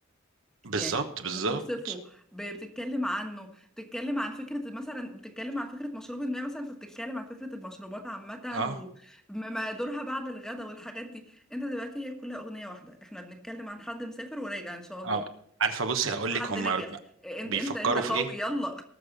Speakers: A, on the right; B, in the centre.
A: بالظبط
B: يعني
A: بالظبط
B: بتوصفه ب- بتتكلم عنه بتتكلم عن فكره مثلا بتتكلم عن فكره مشروب ما مثلا فبتتكلم عن فكره المشروبات عامه
A: اه
B: وما دورها بعد الغداء والحاجات دي انت دلوقتي هي كلها اغنيه واحده احنا بنتكلم عن حد مسافر وراجع ان شاء
A: اه
B: الله
A: عارفة بصي هقول
B: حد
A: لك هما
B: نجح انت
A: بيفكروا
B: انت انت قوي
A: في ايه
B: يلا